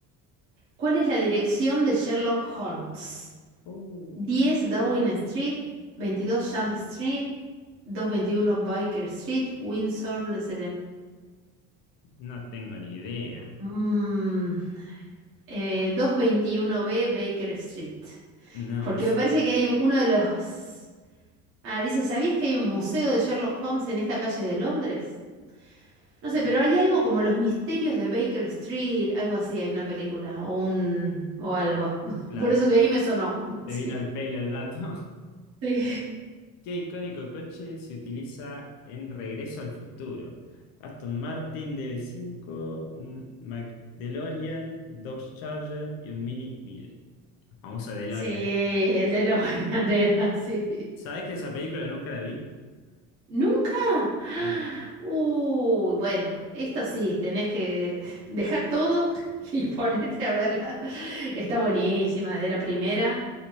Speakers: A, on the right (about 35°); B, on the left (about 70°).
A: ¿Cuál es la dirección de Sherlock Holmes?
B: Uy,
A: 10 Downing Street, 22 Jump Street, doscientos veintiuno Baker Street, Windsor, Les...
B: no tengo ni idea.
A: Mmm. Eh, doscientos veintiuno b Baker Street.
B: No,
A: Porque
B: eso.
A: me parece que hay un- uno de los... Ah, dice, ¿sabías que hay un museo de Sherlock Holmes en esta calle de Londres? No
B: No.
A: sé, pero hay algo como los misterios de Baker Street, algo así, hay una película o un o algo.
B: Ah, no.
A: <laughs>
B: Claro,
A: Por eso de ahí me sonó. <laughs>
B: te
A: Sí.
B: vino al pelo el dato. <laughs>
A: Sí,
B: ¿Qué icónico coche se utiliza en Regreso al Futuro? Aston Martin db cinco un McDeLorean, Dodge Charger y un Mini mil Famoso DeLorean.
A: sí, el de los <laughs> era, sí.
B: ¿Sabés que esa película nunca la vi?
A: ¿Nunca? <gasps> ¡Ah!
B: No.
A: Uy, bueno, esto sí, tenés que dejar todo <laughs> y ponerte a verla. <laughs> Está buenísima desde la primera.